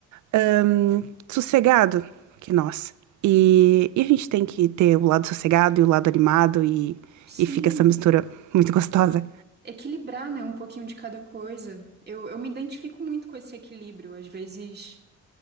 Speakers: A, on the right (about 70°); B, on the right (about 35°).
A: ahn, sossegado que nós, e, e a gente tem que ter o lado sossegado e o lado animado, e,
B: sim.
A: e fica essa mistura muito gostosa.
B: Equilibrar, né? Um pouquinho de cada coisa. Eu, eu me identifico muito com esse equilíbrio. Às vezes.